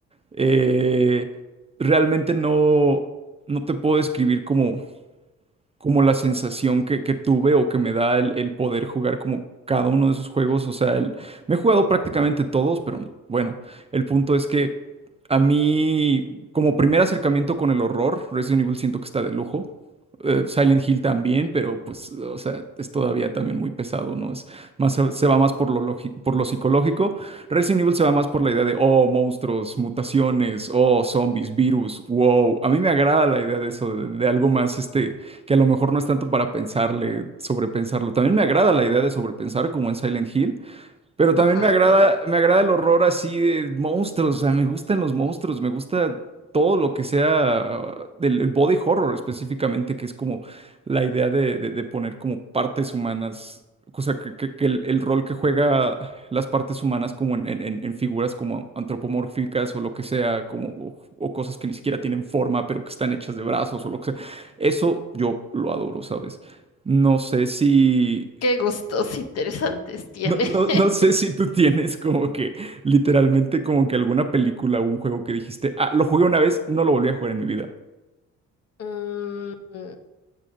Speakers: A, on the right (about 20°); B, on the left (about 55°).
A: eh, realmente no, no te puedo describir como como la sensación que, que tuve o que me da el, el poder jugar como cada uno de esos juegos. O sea, el- me he jugado prácticamente todos, pero bueno, el punto es que a mí, como primer acercamiento con el horror, Resident Evil siento que está de lujo. Eh, Silent Hill también, pero pues, o sea, es todavía también muy pesado, ¿no? Es más, se va más por lo logi- por lo psicológico. Resident Evil se va más por la idea de, oh, monstruos, mutaciones, oh, zombies, virus, wow. A mí me agrada la idea de eso, de, de algo más, este, que a lo mejor no es tanto para pensarle, sobrepensarlo. También me agrada la idea de sobrepensar, como en Silent Hill, pero también
B: Ajá,
A: me agrada,
B: entiendo.
A: me agrada el horror así de monstruos, o sea, me gustan los monstruos, me gusta todo lo que sea uh, del el body horror específicamente, que es como la idea de, de- de poner como partes humanas, o sea, que, que- que el, el rol que juega las partes humanas como en, en- en- en figuras como antropomórficas o lo que sea, como, o, o cosas que ni siquiera tienen forma, pero que están hechas de brazos o lo que sea. Eso yo lo adoro, ¿sabes? No sé si...
B: Qué gustos interesantes tiene.
A: No, no,
B: <laughs>
A: no sé si tú tienes como que literalmente como que alguna película o un juego que dijiste, ah, lo jugué una vez, no lo volví a jugar en mi vida.
B: Mm,